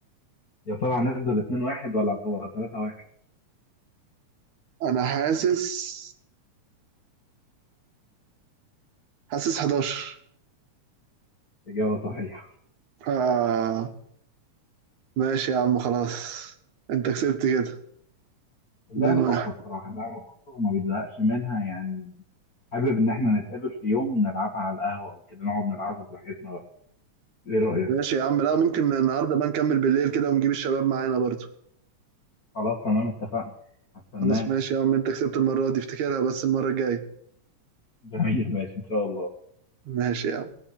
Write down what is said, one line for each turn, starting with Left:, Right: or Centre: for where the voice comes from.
Left: يا ترى هنفضل اتنين واحد ولا هتبقى تلاتة واحد
Right: انا حاسس حاسس 11
Left: إجابة صحيحة
Right: آه ماشي يا عم خلاص انت كسبت كده
Left: اللعبة
Right: 2 1
Left: تحفة الصراحة اللعبة تحفة وما بيزهقش منها يعني حابب إن إحنا نتقابل في يوم نلعبها على القهوة أو كده نقعد نلعبها براحتنا بقى إيه رأيك؟
Right: ماشي يا عم لا ممكن النهارده بقى نكمل بالليل كده ونجيب الشباب معانا برضو
Left: خلاص تمام اتفقنا هستناك
Right: خلاص ماشي يا عم انت كسبت المرة دي افتكرها بس المرة الجاية
Left: <laughs> جميل ماشي إن شاء الله
Right: ماشي يا عم